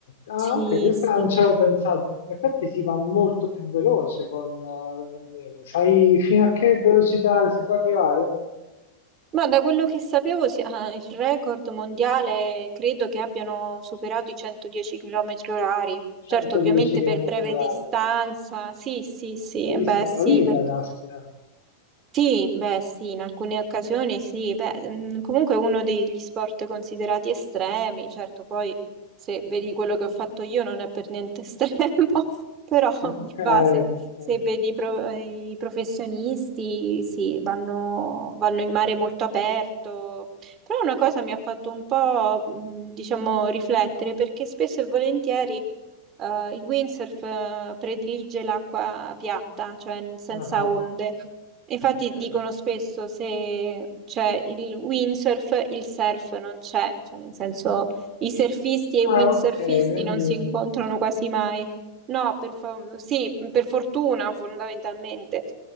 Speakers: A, on the left; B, on the right.
A: Ah,
B: Sì,
A: ok, questa
B: sì.
A: non ci avevo pensato. In effetti si va molto più veloce con, eh, con il wind. Sai fino a che velocità si può arrivare?
B: Ma da quello che sapevo, si- ah, il record mondiale credo che abbiano superato i 110 km orari.
A: 110
B: Certo, ovviamente per breve
A: km/h.
B: distanza. Sì, sì, sì,
A: Si
B: eh
A: rischia
B: beh, sì,
A: la vita,
B: perché...
A: caspita.
B: Sì, beh, sì, in alcune occasioni sì, beh, mm, comunque è uno degli sport considerati estremi, certo, poi se vedi quello che ho fatto io non è per niente estremo, <laughs> però
A: Ok,
B: di base
A: ok.
B: se vedi i pro- i professionisti, sì, vanno, vanno in mare molto aperto, però una cosa mi ha fatto un po', mm, diciamo, riflettere perché spesso e volentieri eh, il windsurf eh, predilige l'acqua piatta, cioè n- senza
A: Ah,
B: onde. Infatti
A: ok.
B: dicono spesso se c'è il windsurf, il surf non c'è, cioè nel senso i surfisti
A: Ah,
B: e i windsurfisti
A: ok, quindi...
B: non si incontrano quasi mai. No, per fa- sì, per fortuna fondamentalmente,